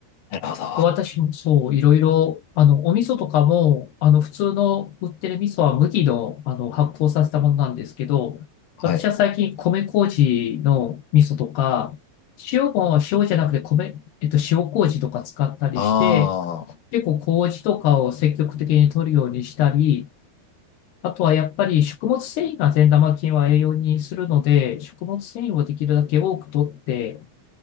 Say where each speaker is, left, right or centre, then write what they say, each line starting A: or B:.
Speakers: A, on the left; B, on the left.
A: なるほど。
B: 私もそう、いろいろ、あの、お味噌とかも、あの、普通の売ってる味噌は麦の、あの、発酵させたものなんですけど、
A: はい。
B: 私は最近米麹の味噌とか、塩も塩じゃなくて米、えっと、塩麹とか使ったりして、
A: ああ、
B: 結構麹とかを積極的に取るようにしたり、あとはやっぱり食物繊維が善玉菌は栄養にするので、食物繊維をできるだけ多く取って、